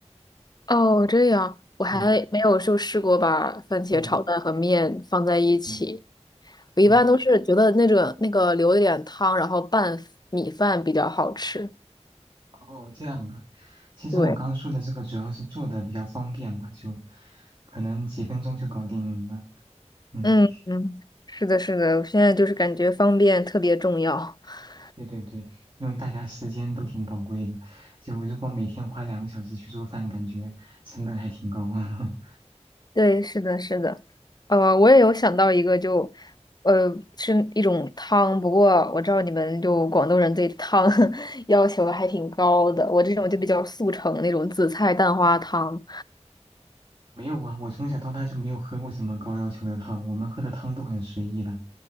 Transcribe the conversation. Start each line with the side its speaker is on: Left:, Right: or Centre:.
Left: 哦，这样，我还没有就试过把番茄炒蛋和面放在一起。
Right: 对，嗯嗯
Left: 我一般都是觉得那个那个留一点汤，
Right: 嗯。
Left: 然后拌米饭比较好吃。
Right: 哦，这样的。其实我刚刚说的这个主要是做的比较方便嘛，
Left: 对，
Right: 就可能几分钟就搞定了。嗯，
Left: 嗯嗯，是的，是的，我现在就是感觉方便特别重要。<laughs>
Right: 对对对，因为大家时间都挺宝贵的，就如果每天花两个小时去做饭，感觉成本还挺高。<laughs>
Left: 对，是的，是的，呃，我也有想到一个就，呃，是一种汤，不过我知道你们就广东人对汤 <laughs> 要求还挺高的，我这种就比较速成那种紫菜蛋花汤。
Right: 没有啊，我从小到大就没有喝过什么高要求的汤，我们喝的汤都很随意的。